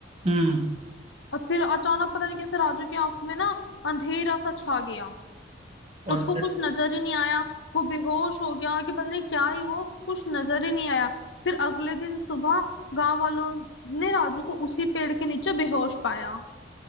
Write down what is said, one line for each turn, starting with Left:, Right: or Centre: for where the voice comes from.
Right: हम्म
Left: और फिर अचानक पता नहीं कैसे राजू की आंख में ना अंधेरा सा छा गया
Right: और
Left: उसको
Right: फिर
Left: कुछ नजर ही नहीं आया वो बेहोश हो गया कि पता नहीं क्या ही हुआ उसको कुछ नजर ही नहीं आया फिर अगले दिन सुबह गांव वालों ने राजू को उसी पेड़ के नीचे बेहोश पाया